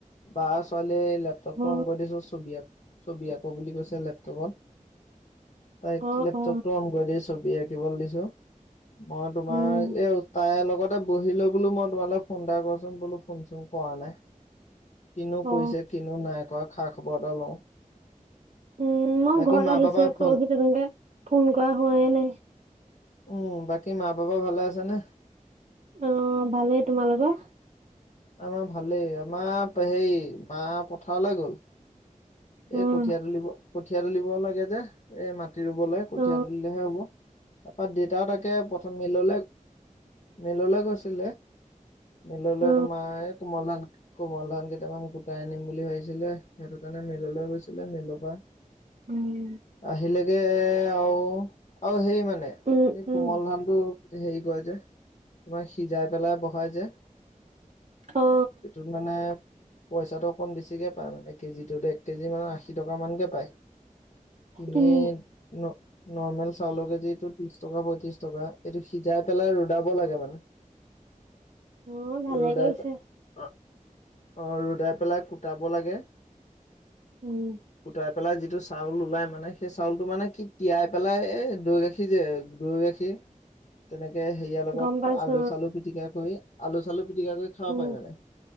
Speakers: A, on the left; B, on the right.
A: বাৰ ছোৱালী এ লেপটপটো
B: অ
A: অন কৰি দিছোঁ। ছবি আ- ছবি আঁকো বুলি কৈছে লেপটপত। তাইক
B: অ
A: লেপটপটো
B: অ
A: অন কৰি দি ছবি আঁকিবল দিছোঁ। মই তোমাৰ
B: উম
A: এ তাইৰ লগতে বহিলোঁ বোলো ম তোমালে ফোন এটা কৰচোন বোলো, ফোন-চোন কৰা নাই। কিনো
B: অ
A: কৈছে, কিনো নাই খা-খবৰ এটা লওঁ।
B: উম, মই
A: বাকী
B: ঘৰত
A: মা
B: আহিছোঁহে।
A: পাপা
B: পৰহি
A: ভাল
B: তেনেকে ফোন কৰা হোৱাই নাই।
A: উম, বাকী মা-পাপা ভালে আছে নে?
B: অ' ভালেই তোমালোকৰ?
A: আমাৰ ভালেই। আমাৰ হেৰি মা পথাৰলৈ গ'ল।
B: উম
A: এ কঠীয়া তুলিব। কঠীয়া তুলিব লাগে যে। এ মাত মাটি ৰুবলে কঠীয়া
B: অ
A: তুলিলেহে হ'ব তাৰপৰা দেউতা তাকে প্ৰথম মিললে মিললে গৈছিলে মিললে
B: অ
A: তোমাৰ এই কোমল ধান কোমল ধান কেইটামান কোটাই আনিম বুলি ভাবিছিলে সেইটো কাৰণে মিললৈ গৈছিলে মিলৰ পৰা
B: উম
A: আহিলেগে আও অ সেই মানে
B: উম উম
A: কোমল ধানটো হেৰী যে তোমাৰ সিজাই পেলাই বহাই যে
B: অ
A: এইটোত মানে পইচাটো অকমান বেছিকে পায় মানে কেজিটো দে কেজি মানৰ আশী টকা মানকে পায় এনেই
B: উম
A: ন নৰ্মেল চাউল কেজিটোত ত্ৰিশ টকা- পঁয়ত্ৰিশ টকা। এইটো সিজাই পেলাই ৰদাব লাগে মানে।
B: অ ভালে
A: ৰদাই
B: কৰিছে
A: পে- অ' অ' ৰদাই পেলাই কুটাব লাগে।
B: উম।
A: কুটাই পেলাই যিটো চাউল ওলায় মানে, সেই চাউলটো মানে কি তিয়াই পেলাই এই দৈ গাখীৰ যে দৈ গাখীৰ তেনেকে হেৰিয়াৰ লগত
B: গম পাইছো
A: আলু-চালু পিটিকা কৰি, আলু-চালু পিটিকা কৰি খাব
B: উম
A: পাৰি মানে।